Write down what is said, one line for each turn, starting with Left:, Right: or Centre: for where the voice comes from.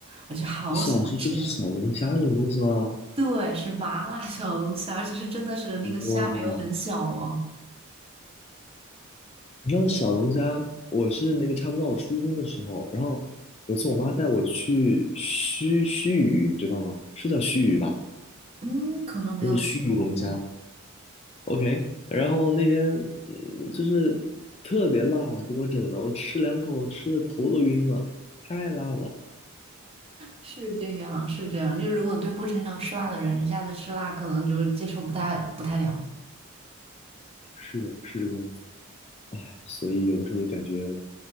Right: 我就好喜欢吃那个。
Left: 你小时候就是小龙虾这种东西吗？
Right: 对，是麻辣小龙虾，而且是真的是那个虾没有很小哦。
Left: 哇，你知道小龙虾，我是那个差不多到我初中的时候，然后有次我妈带我去须须臾，你知道吗？是叫须臾吧？
Right: 嗯，可能没有听说过。
Left: 那个须臾龙虾，OK。然后那边嗯就是特别辣，给我整的，我吃两口，我吃的头都晕了，太辣了。
Right: 是这样，是这样。就如果对不擅长吃辣的人，一下子吃辣，可能就是接受不太不太了。
Left: 是的，是这个样子。所以有的时候就感觉